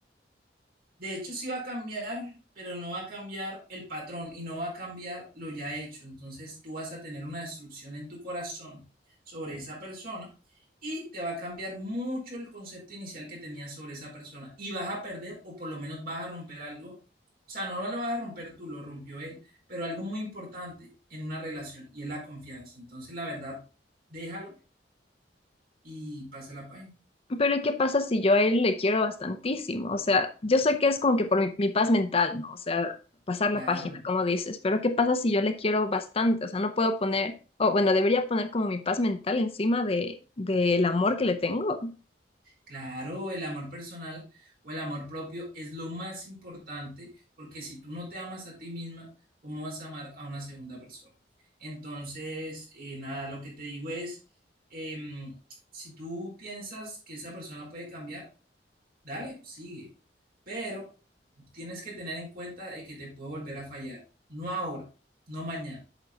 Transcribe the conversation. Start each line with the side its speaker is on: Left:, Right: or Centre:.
Right: De hecho, sí va a cambiar, pero no va a cambiar el patrón y no va a cambiar lo ya hecho. Entonces, tú vas a tener una destrucción en tu corazón sobre esa persona y te va a cambiar mucho el concepto inicial que tenías sobre esa persona y vas a perder o por lo menos vas a romper algo. O sea, no lo vas a romper tú, lo rompió él, pero algo muy importante en una relación y es la confianza. Entonces, la verdad, déjalo y pasa la página.
Left: Pero ¿y ¿qué pasa si yo a él le quiero bastantísimo? O sea, yo sé que es como que por mi, mi paz mental, ¿no? O sea, pasar
Right: Claro.
Left: la página,
Right: ¿no?
Left: como dices, pero ¿qué pasa si yo le quiero bastante? O sea, no puedo poner, o bueno, debería poner como mi paz mental encima de, del amor que le tengo.
Right: Claro, el amor personal o el amor propio es lo más importante porque si tú no te amas a ti misma, ¿cómo vas a amar a una segunda persona? Entonces, eh, nada, lo que te digo es, em, si tú piensas que esa persona puede cambiar, dale, sigue, pero tienes que tener en cuenta de que te puede volver a fallar, no ahora, no mañana,